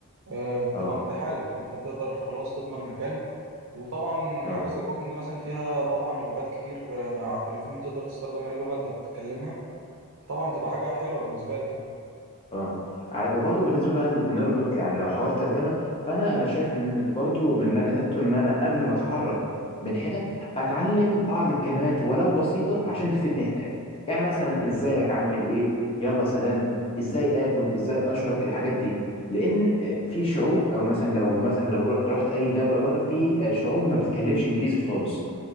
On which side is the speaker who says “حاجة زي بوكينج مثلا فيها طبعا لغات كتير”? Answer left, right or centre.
Right